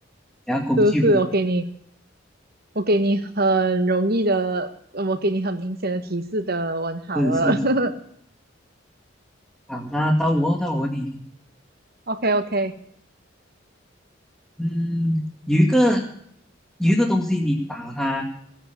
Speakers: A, in the centre; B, on the right.
A: 讲个工具我就。
B: 是不是？我给你，我给你很容易的，呃我给你很明显的提示的，完好了。
A: 是是
B: <laughs>
A: 好，那到我到我问你一题，
B: OK OK，
A: 嗯，有一个有一个东西你打它